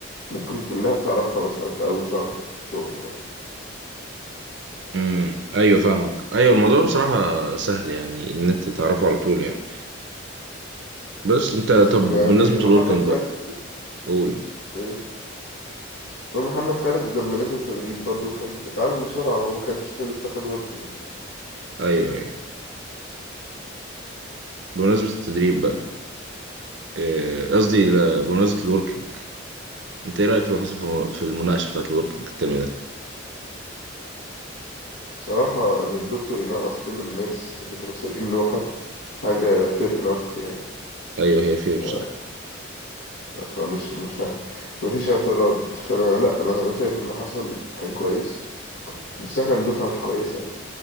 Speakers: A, on the left; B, on the right.
A: ممكن كلها تعرفها مثلا في أول شهر شغل مثلا
B: امم ايوه فاهمك ايوه الموضوع بصراحه سهل يعني ان انت تعرفه على طول يعني بس انت
A: بس
B: طب
A: يعني
B: بمناسبه
A: محمد
B: الوركينج
A: خالد
B: بقى قول
A: إيه؟ محمد خالد لما نزل تدريب برضو كان اتعلم بسرعة وما كانش خد لسه خد وركينج
B: ايوه ايوه بمناسبه التدريب بقى إيه، قصدي
A: يعني
B: لا، بمناسبه الوركينج انت ايه رايك في اللي حصل في في المناقشه بتاعت الوركينج الترم ده
A: بصراحة إن الدكتور ينقص كل الناس اللي كانوا سارقين لوحة حاجة fair enough يعني
B: ايوه هي فير بصراحه
A: ف... فمش مش ه- مفيش اعتراض فأنا لأ أنا أنا شايف إن اللي حصل كان كويس بس إحنا اللي دفعة مش كويسة يعني